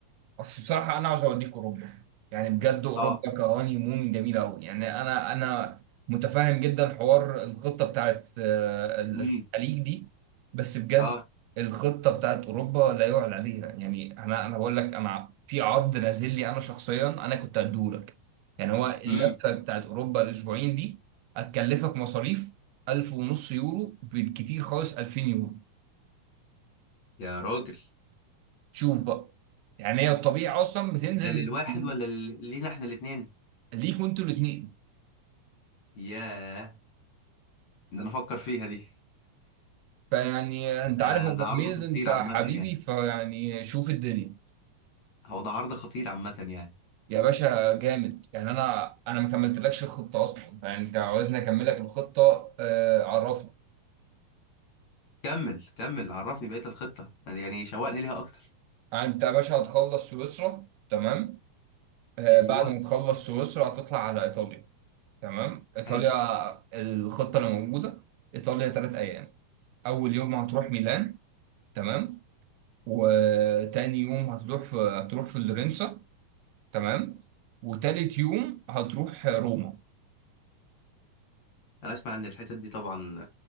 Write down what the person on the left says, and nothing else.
اه
امم
اه
امم
يا راجل
ده للواحد
ولا لل- لينا احنا الاتنين
ياه ده انا افكر فيها دي
<laughs>
آه،
ده عرض
خطير
عامة
يعني
هو ده عرض خطير عامة يعني
كمل كمل عرفني بقية الخطة يعني شوقني ليها اكتر
ايوه
حلو
انا اسمع ان الحتت دي طبعا